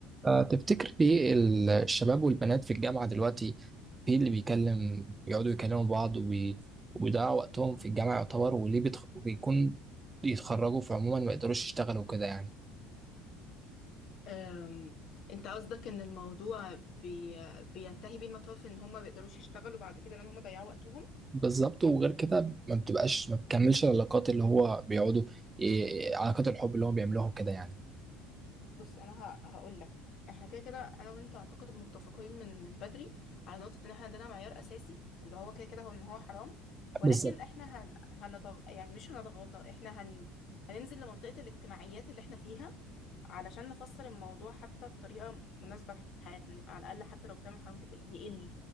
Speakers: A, on the right; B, on the left.
A: آه، تفتكر ليه ال- الشباب والبنات في الجامعة دلوقتي في اللي بيكلم بيقعدوا يكلموا بعض وبي- وبيضيعوا وقتهم في الجامعة يعتبر وليه بيتخ... بيكون يتخرجوا فعموما ما يقدروش يشتغلوا كده يعني
B: أم، انت قصدك ان الموضوع بي... بينتهي بيه المطاف ان هم ما بيقدروش يشتغلوا بعد كده لان هم ضيعوا وقتهم
A: بالظبط وغير كده ما بتبقاش ما بتكملش العلاقات اللي هو بيقعدوا ي- علاقات الحب اللي هو بيعملوها كده يعني
B: بص انا ه... هقول لك احنا كده كده انا وانت اعتقد متفقين من من بدري على نقطة ان احنا عندنا معيار اساسي اللي هو كده كده هو ان هو حرام ولكن
A: بالظبط
B: احنا هن... هنضغ... يعني مش هنضغطه احنا هن... هننزل لمنطقة الاجتماعيات اللي احنا فيها علشان نفسر الموضوع حتى بطريقة مناسبة لحياتنا نبقى على الأقل حتى لو بتعمل حرام تبقى يقل